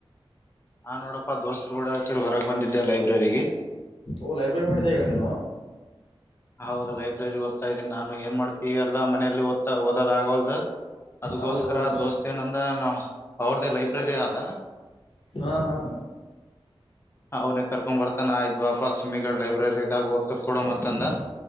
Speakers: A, on the left; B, on the left.
A: ನಾನ್ ನೋಡಪ್ಪಾ ದೋಸ್ತ್ರು ಕೂಡ ಕೇಳ ಹೊರಗೆ ಬಂದಿದ್ದೆ ಲೈಬ್ರರಿಗೆ
B: ಹ ಲೈಬ್ರೆ ಮಾಡ ಜಗ ನೀ
A: ಹೌದು ಲೈಬ್ರರಿ ಓದ್ತಾ ಇದ್ದೀನಿ ನಾನು ಏನ್ ಮಾಡ್ತೀವಿ ಎಲ್ಲಾ ಮನ ಅಲ್ಲಿ ಓದ್ಾ ಓದ್ ಆಗಲ್ದು ಅದಗೋಸ್ಕರ
B: ಹೌದೌದು
A: ದೋಸ್ತ್ ಏನಂದ ನಾ ಅವ್ರ್ದೇ ಲೈಬ್ರರಿ ಆದ
B: ಹಾ ಹಾ
A: ಅವ್ನಿಗೆಗ್ ಕರ್ಕೊ್ ಬರ್ತಾನ ಆಯ್ ಬಾಬಾುಿಗಡ್ ಲೈಬ್ರರಿ ಇದ್ದಾಗ ಓದ್ಕತ್ ಕೊಡ ಮತ್ತಂದ